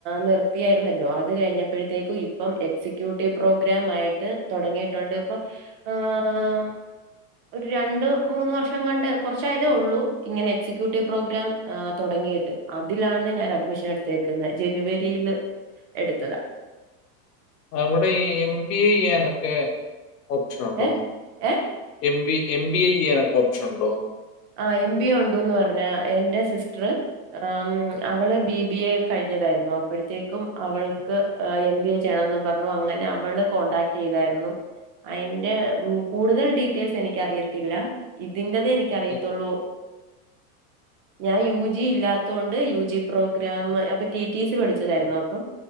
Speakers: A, on the right; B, on the left.
A: നിർത്തിയായിരുന്നല്ലോ അത് കഴിഞ്ഞപ്പോഴത്തേക്ക് ഇപ്പം എക്സിക്യൂട്ടീവ് പ്രോഗ്രാം ആയിട്ട് തൊടങ്ങിയിട്ടുണ്ട് ഇപ്പം ആഹ് ആഹ് ഒരു രണ്ട് മൂന്ന് വർഷം ങ്ങാണ്ട് കുറച്ചായതേ ഉള്ളൂ ഇങ്ങനെ എക്സിക്യൂട്ടീവ് പ്രോഗ്രാം തൊടങ്ങീട്ട് അതിലാണ് ഞാൻ അഡ്മിഷൻ എടു തേക്കുന്നേ ജനുവരിയിയിൽ എടുത്തതാ
B: അവിടെ ഈ എം ബി എ ചെയ്യാനൊക്കെ ഓപ്ഷൻ ഉണ്ടോ
A: ഏഹ് ഏഹ്
B: M B M B A ചെയ്യാനൊക്കെ ഓപ്ഷൻ ഉണ്ടോ
A: ആഹ് എം ബി എ ഉണ്ടുന്ന് പറഞ്ഞ എന്റെ സിസ്റ്റർ ആമ് അവള് ബി ബി എ കഴിഞ്ഞതായിരുന്നു അപ്പോഴത്തേക്കും അവൾക്ക് എം ബി എ ചെയ്യണന്ന് പറഞ്ഞു അങ്ങനെ അവൾ കോൺടാക്ട് ചെയ്തായിരുന്നു അയിന്റെ കൂടുതൽ ഡീറ്റെയിൽസ് എനിക്ക് അറിയത്തില്ല ഇതിന്റെതേ എനിക്ക്റിയ
B: ഓക്കെ
A: ഉള്ളൂ ഞാൻ യു ജി ഇല്ലാത്തൊണ്ട് യു ജി പ്രോഗ്രാം അപ്പം ടി ടി സി പഠിച്ചതായിരുന്നു അപ്പം